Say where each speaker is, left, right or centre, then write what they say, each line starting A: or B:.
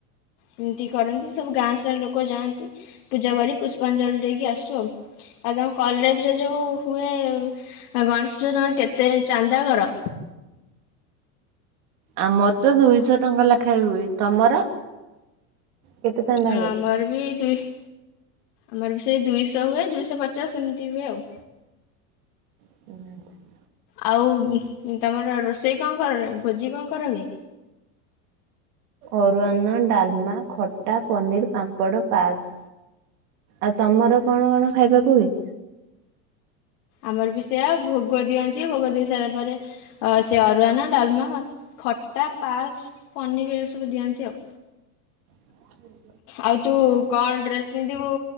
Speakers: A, on the left; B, on the right.
A: ଏମିତି କରନ୍ତି, ସବୁ ଗାଁ ସାରା ଲୋକ ଯାଆନ୍ତି। ପୂଜାକରି ପୁଷ୍ପାଞ୍ଜଳି ଦେଇକି ଆସୁ। ଆଉ ତମ କଲେଜ ହୁଏ ଗଣେଶପୂଜା ତମର କେତେ ଚାନ୍ଦା କର?
B: ଆମର ତ ଦୁଇଶହ ଟଙ୍କା ଲେଖାଏଁ ହୁଏ, ତମର କେତେ ଚାନ୍ଦା
A: ହଁ
B: ହୁଏ?
A: ଆମର ବି ଦୁଇସ୍। ଆମର ବି ସେଇ ଦୁଇଶହ ହୁଏ ଦୁଇଶହ ପଚାଶ ଏମିତି ହୁଏ ଆଉ।
B: ହ <unintelligible>
A: ଆଉ ତମର ରୋଷେଇ କଣ କର ଭୋଜି କଣ କରାହୁଏ?
B: ଅରୁୱାନ, ଡାଲମା, ଖଟା, ପନିର୍, ପାମ୍ପଡ଼, ପାସ୍। ଆଉ ତମର କଣ କଣ ଖାଇବାକୁ ହୁଏ?
A: ଆମର ବି ସେଇଆ ଭୋଗ ଦିଅନ୍ତି ଭୋଗ ଦେଇ ସାରିଲା ପରେ ଅ ସେ ଅରୁଆନା, ଡାଲମା, ଖଟା, ପାସ୍ ପନିର ଏସବୁ ଦିଅନ୍ତି ଆଉ।
B: <inaudible>
A: ଆଉ ତୁ କଣ ଡ୍ରେସ ପିନ୍ଧିବୁ